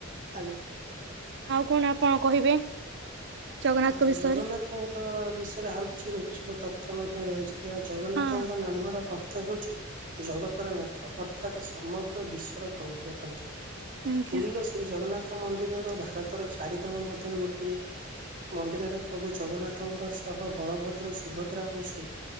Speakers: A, on the right (about 40°); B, on the right (about 60°).
A: ଆଜ୍ଞା।
B: ଆଉ କଣ ଆପଣ କହିବେ? ଜଗନ୍ନାଥଙ୍କ
A: ହଁ
B: ବିଷୟରେ
A: ଜଗନ୍ନାଥଙ୍କ ବିଷୟରେ ଆଉ କିଛି ରୋଚକ ତଥ୍ୟ ମଧ୍ୟ ରହିଛି। ଯାହା ଜଗନ୍ନାଥଙ୍କ
B: ହଁ।
A: ନାମର ଅର୍ଥ ହେଉଛି ଜଗତର ନାଥ ଅର୍ ଅର୍ଥାତ ସମଗ୍ର ବିଶ୍ୱର ପ୍ରଭୁଅଟନ୍ତି
B: ଆଜ୍ଞା
A: ପୁରୀର ଶ୍ରୀଜଗନ୍ନାଥ ମନ୍ଦିରର ଭାରତର ଚାରିଧାମ ମଧ୍ୟରେ ଗୋଟିଏ। ମନ୍ଦିରରେ ପ୍ରଭୁ ଜଗନ୍ନାଥ ଙ୍କ ସହ ବଳଭଦ୍ର ସୁଭଦ୍ରା ଓ ସୁ